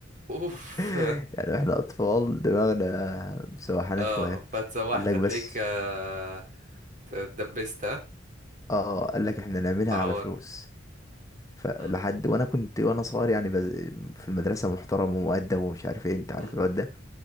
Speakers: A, on the right (about 40°); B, on the left (about 15°).
A: اوف
B: <laughs> يعني إحنا أطفال دماغنا مسوحانا
A: <laughs> اه
B: شوية
A: فاتسوحت
B: قال لك
A: هتلاقيك
B: بس
A: آه، اتدبست ها
B: اه قال لك احنا نعملها
A: اتعورت
B: على فلوس فلحد
A: مم.
B: وانا كنت وانا صغير يعني بز... في المدرسه محترم ومؤدب ومش عارف ايه انت
A: مم.
B: عارف الواد ده